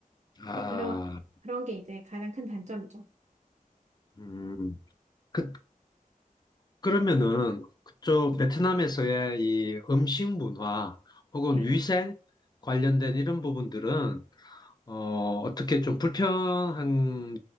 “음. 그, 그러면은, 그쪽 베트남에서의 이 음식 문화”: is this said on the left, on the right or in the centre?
Left